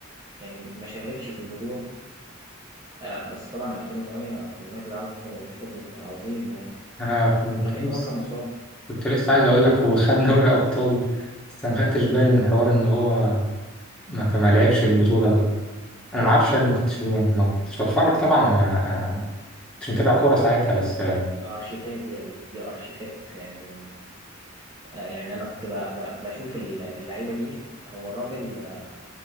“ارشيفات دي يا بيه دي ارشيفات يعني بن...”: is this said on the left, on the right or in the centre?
Right